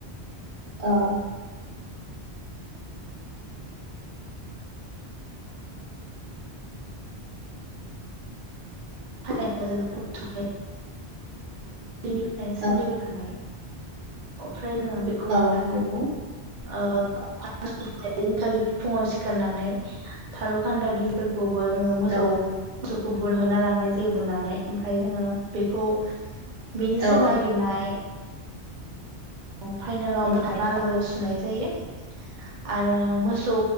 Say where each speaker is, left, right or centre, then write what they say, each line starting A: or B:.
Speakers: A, on the right (about 70°); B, on the right (about 50°).
A: औ
B: <unintelligible> गोदो निफ्रायनो सोलिबोखानाय।
A: औ
B: अ ओमफ्राय जोङो बेखौ <unintelligible>
A: औ नंगौ
B: ओ अखानायै हैदिनखालि फुङाव सिखारनानै खारौ खान्दाइ बिलाइफोर खौबो जोङो मोसौ
A: औ
B: मो गुबुल होना लांनाय जे बुनानै ओमफ्राय जोङो बेखौ। बेनि
A: औ
B: सिगां नागिरनाय। अ फाइनेलावबो
A: उम
B: <unintelligible> थुनाय जायो आरो मोसौ